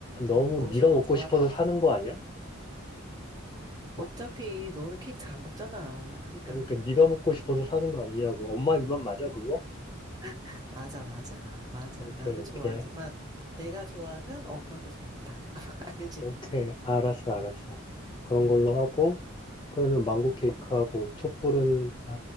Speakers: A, on the left; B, on the right.
A: 너무
B: 응, 어르신분이
A: 네가 먹고
B: 좋아할
A: 싶어서
B: 것
A: 사는
B: 같아서.
A: 거 아니야?
B: 어차피
A: 어,
B: 너는 케이크 잘 안 먹잖아. 그러니까
A: 그러니까
B: 그냥
A: 네가 먹고 싶어서 사는 거 아니냐고. 엄마 입맛 맞아, 그거?
B: 아, 맞아, 맞아, 맞아.
A: 오케이,
B: 나도
A: 오케이.
B: 좋아하지만 내가 좋아하면 엄마도 좋아한다. <laughs> 알지?
A: 오케이. 알았어, 알았어, 알았어.
B: 응,
A: 그런
B: 응.
A: 걸로 하고, 그러면 망고 케이크하고, 촛불은, 아,